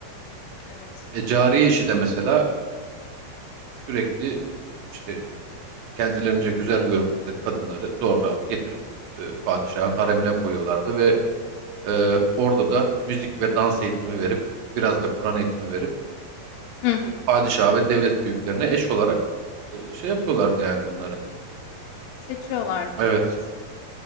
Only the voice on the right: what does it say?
E, cariye işi de mesela sürekli işte kendilerince güzel gördükleri kadınları zorla getirip e, padişahın haremine koyuyorlardı ve Ee, orada da müzik ve dans eğitimi verip biraz da Kur'an eğitimi verip
padişah ve devlet büyüklerine eş olarak e, şey yapıyorlardı yani bunları.
Evet.